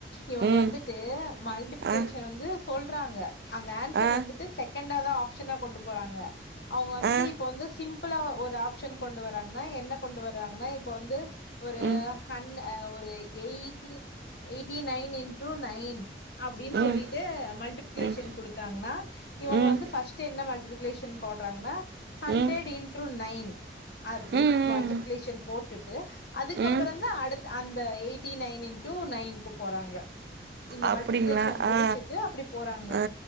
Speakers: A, on the left; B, on the right.
A: இவுங்க
B: ம்
A: வந்துட்டு மல்டிப்ளிகேஷன்
B: ஆ
A: வந்து சொல்றாங்க அந்த ஆன்சர்
B: ஆ
A: வந்துட்டு செகண்டா தா ஆப்ஷனா கொண்டு போறாங்க அவுங்க வந்துட்டு
B: ஆ
A: இப்ப வந்து சிம்பிளா ஒரு ஆப்ஷன் கொண்டு வராங்னா என்ன கொண்டு வர்றாங்னா இப்ப வந்து ஒரு
B: ம்
A: அண் அ ஒரு eighty eighty nine into nine அப்டினு
B: ம்
A: சொல்லிட்டு மல்டிபிகிளேஷன்
B: ம்
A: குடுத்தாங்னா இவுங்க
B: ம்
A: வந்து ஃபஸ்ட்டு என்ன மல்டிப்பிளிகேஷன் போடுறாங்னா ஹண்ட்ரெட்
B: ம் ம்
A: இன்டூ நயின் அப்டினுடு
B: ம்
A: மல்டி க்குலேஷன் போட்டுட்டு அதுக்கப்பறோ
B: ம்
A: தா அடுத் அந்த எயிட்டி நைன் இன்டு நயினுகு போறாங்க இந்த
B: அப்டிங்களா
A: மல்டிபிகேஷன் முடிச்சுட்டு
B: ஆ
A: அப்டி போறாங்க
B: ஆ ஆ